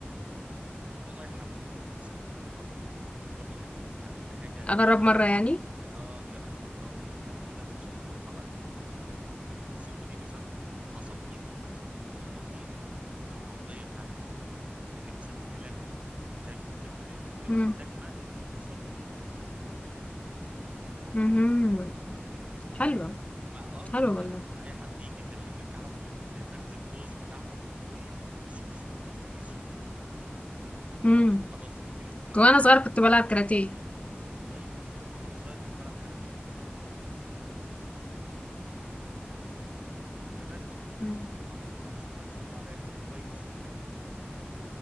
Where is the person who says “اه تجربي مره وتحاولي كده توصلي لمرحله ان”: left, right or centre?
Right